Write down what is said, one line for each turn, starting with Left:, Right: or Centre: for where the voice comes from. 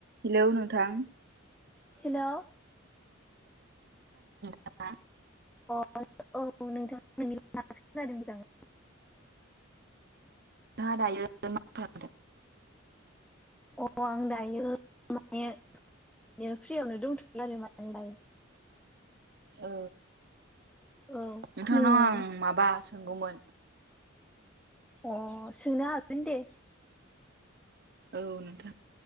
Right: Hello नोंथां
Centre: hello
Right: <unintelligible>
Centre: अ औ नोंथां <unintelligible>
Right: <unintelligible>
Centre: अ आं दायो माने ओ फ्रियावनो <unintelligible> आरो माने दायो।
Right: औ
Centre: औ
Right: नोंथांनाव
Centre: नों
Right: आं माबा सोंगौमोन।
Centre: अ सोंनो हागोन दे।
Right: औ नोंथां